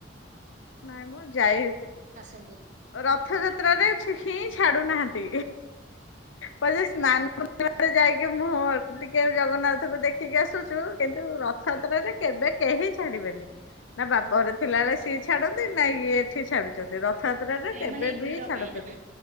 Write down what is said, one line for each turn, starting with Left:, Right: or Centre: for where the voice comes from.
Left: ନାଇଁ ମଁ ଯାଇ
Right: ନ୍ତୁ।
Left: ରଥଯାତ୍ରାରେ ହିଁ ଛାଡୁନାହାନ୍ତି ପରେ ସ୍ନାନ ପୁନ୍ନିମାରେ ଯାଇକି ମୁଁହଁ ମାରୁଚୁ ଟିକେ ଜଗନ୍ନାଥଙ୍କୁ ଦେଖିକି ଆସୁଚୁ କିନ୍ତୁ ରଥଯାତ୍ରାରେ କେବେ କେହି ଛାଡିବେନି ନା ବାପ ଘରେ ଥିଲାବେଳେ ସିଏ ଛାଡନ୍ତି ନା ଇଏ ଏଠି ଛାଡୁଚନ୍ତି ରଥଯାତ୍ରା ରେ
Right: ଏ
Left: କେବେ
Right: ମାନେ ଏଇ
Left: ବି
Right: ଭିଡ
Left: ଛାଡନ୍ତିନି।
Right: ପାଇଁ ନା?